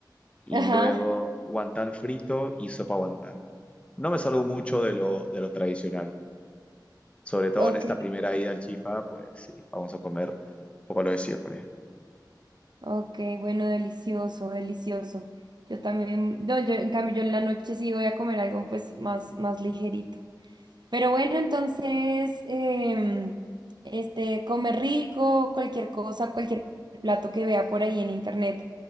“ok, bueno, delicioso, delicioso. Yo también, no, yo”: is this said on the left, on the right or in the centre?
Right